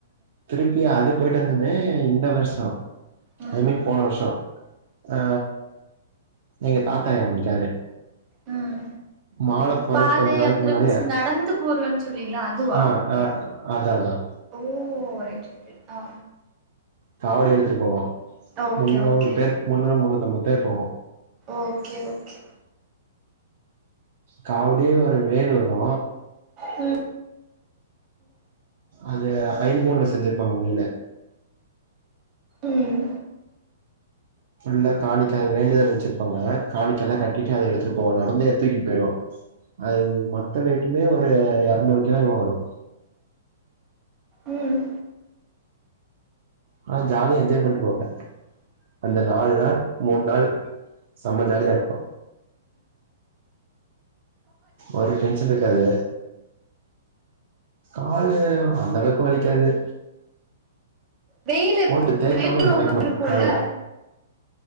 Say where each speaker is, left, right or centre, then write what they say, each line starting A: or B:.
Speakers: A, on the right (about 60°); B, on the right (about 30°).
A: திருப்பிய அது போயிட்டு வந்தோனே இந்த வருஷ
B: ம் ம்
A: அந்த மீட் போன வருஷ அ எங்க தாத்தா எறந்துட்டாரு
B: ம்
A: மால போறது
B: பாத
A: கொஞ்ச நாளைக்கு
B: யாத்திர
A: முன்னாடிய
B: மீன்ஸ்
A: ஆக்ஸ்
B: நடந்து போறேன்னு சொல்லுவீங்களா அதுவா
A: ஆ அ அதா அதா
B: ஓ ரை ஆ
A: காவடி எடுத்துட்டு போவோ
B: ஓகே
A: முன்னூறு
B: ஓகே
A: பேர் முன்னூறு முன்னூத்தம்பது பேர் போவோ
B: ஓகே ஓகே
A: காவுடியே ஒரு வேண்டுதலு
B: ம்
A: அது ஐம்பொன்ல செஞ்சிருப்பாங்க மேல
B: ம்
A: புல்லா காணிக்காயை வேண்டுதல் வச்சிருப்பாங்க காணிக்க எல்லா கட்டிட்டு அத எடுத்துட்டு போவோ நடந்து ஏத்து தூக்கிட்டு போய்ருவோ அது மொத்த வெயட்டுமே ஒரு இரநூறு கிலோ வரு
B: ம்
A: ஆ ஜாலியா என்ஜாய் பண்ணிட்டு போவே அந்த நாலு நாள் மூணு நாள் செம்ம ஜாலியா இருக்கு ஒரு டென்ஷன் இருக்காது காலு அந்தளவுக்கு வலிக்காது
B: வெயில் எப்டி
A: போட்டு தேக்காம
B: வெயில்
A: நடக்கணு
B: ரொம்ப இருக்குல்ல
A: கால